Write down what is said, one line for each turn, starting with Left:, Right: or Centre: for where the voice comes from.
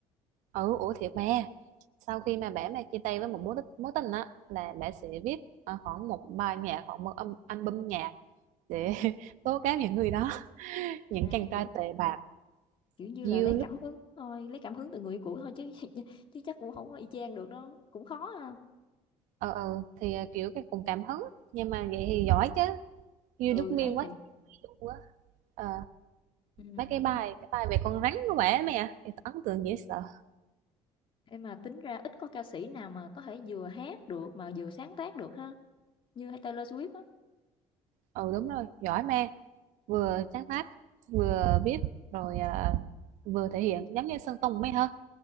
Right: Ừ, ủa thiệt mà, sau khi mà bả mà chia tay với một mối tích- mối tình á là bả sẽ viết ờ, khoảng một bài nhạc hoặc một âm album nhạc để <laughs> tố cáo những người đó, <laughs> những
Left: à,
Right: chàng
Left: kiểu
Right: trai tệ bạc.
Left: kiểu như
Right: You
Left: là lấy
Right: look
Left: cảm hứng thôi lấy cảm hứng từ người cũ thôi chứ <laughs> chứ chắc cũng không có y chang được đó cũng khó ha
Right: ờ ờ thì ờ, kiểu cái cùng cảm hứng, nhưng mà vậy thì giỏi chứ. You
Left: ừ
Right: look me
Left: hay
Right: what
Left: thiệt
Right: you do á. Ờ,
Left: ừ.
Right: mấy cái bài cái bài về con rắn của bả mày à, thì tao ấn tượng dễ sợ.
Left: Thế mà tính ra ít có ca sĩ nào mà có thể vừa hát được mà vừa sáng tác được ha như Taylor Swift á
Right: ừ đúng rồi giỏi ma vừa sáng tác vừa viết rồi à, vừa thể hiện giống như Sơn Tùng mấy hả